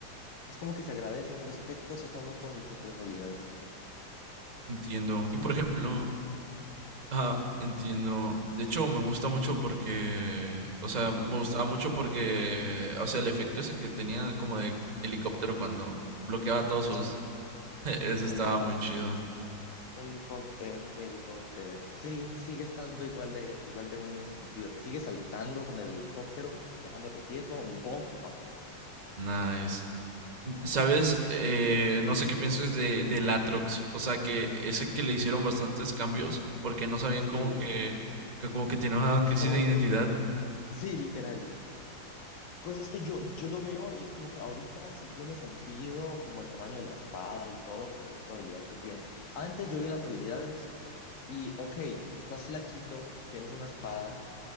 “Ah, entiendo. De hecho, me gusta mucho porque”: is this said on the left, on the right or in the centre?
Right